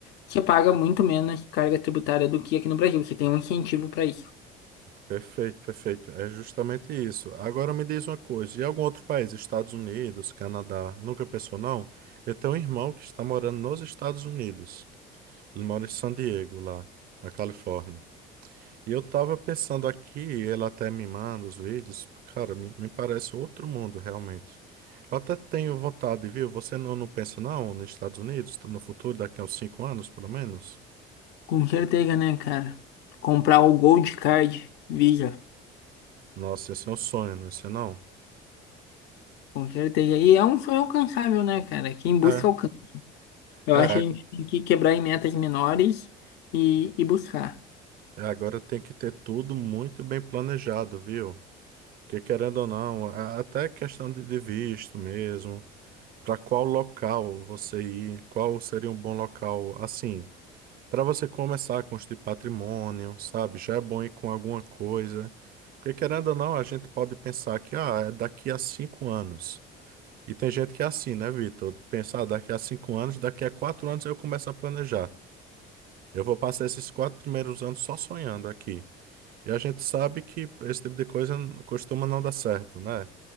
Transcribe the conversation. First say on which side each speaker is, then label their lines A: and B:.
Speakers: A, on the left (about 75°); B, on the right (about 55°).
A: você paga muito menos carga tributária do que aqui no Brasil. Você tem um incentivo para isso.
B: Perfeito, perfeito. É justamente isso. Agora me diz uma coisa, e algum outro país, Estados Unidos, Canadá, nunca pensou não? Eu tenho um irmão que está morando nos Estados Unidos. Ele mora em San Diego, lá na Califórnia. E eu estava pensando aqui, ele até me manda os vídeos, cara, me, me parece outro mundo realmente. Eu até tenho vontade, viu? Você não, não pensa não nos Estados Unidos, no futuro, daqui a uns cinco anos, pelo menos?
A: Com certeza, né, cara? Comprar o Gold Card Visa.
B: Nossa, esse é um sonho, não é isso não?
A: Com certeza. E é um sonho alcançável, né, cara? Quem busca
B: É,
A: alcança. Eu
B: é,
A: acho que a gente tem que quebrar em metas menores e, e buscar.
B: Agora tem que ter tudo muito bem planejado, viu? Porque querendo ou não, a- até questão de, de visto mesmo, para qual local você ir, qual seria um bom local, assim, para você começar a construir patrimônio, sabe? Já é bom ir com alguma coisa. Porque querendo ou não, a gente pode pensar que, ah, é daqui a cinco anos. E tem gente que é assim, né, Vitor? Pensar, ah, daqui a cinco anos, daqui a quatro anos eu começo a planejar. Eu vou passar esses quatro primeiros anos só sonhando aqui. E a gente sabe que esse tipo de coisa costuma não dar certo, né?